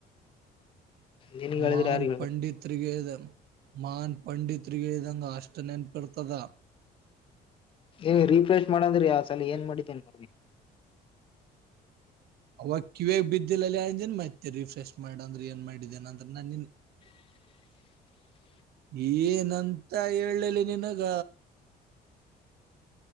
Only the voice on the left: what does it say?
ನಿನ್ಗ್ ಹೇಳಿದ್ರೆ
ಯಾರಿಗ್
ಹೇಳ್
ಏ ರಿಫ್ರೆಶ್ ಮಾಡಂದ್ರಿ ಆ ಸಲ ಏನ್ ಮಾಡಿತೇನ್ ಮಿ
<inaudible>